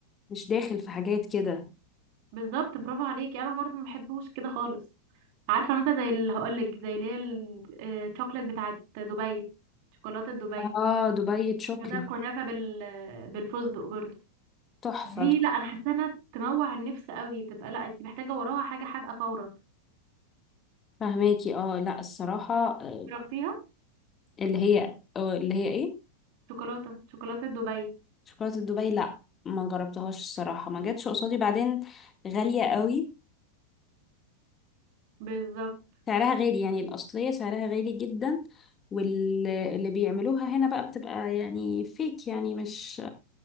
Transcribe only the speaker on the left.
مش داخل في حاجات كده
اه دبي شوكلي
تحفه
تحفه
فهماكي اه لا الصراحه آه،
اللي هي آه، اللي هي ايه
شوكولاتة دبي لا ما جربتهاش الصراحة ما جاتش قصادي بعدين غالية قوي
سعرها غالي يعني الأصلية سعرها غالي جدا واللي بيعملوها هنا بقى بتبقى يعني فيك يعني مش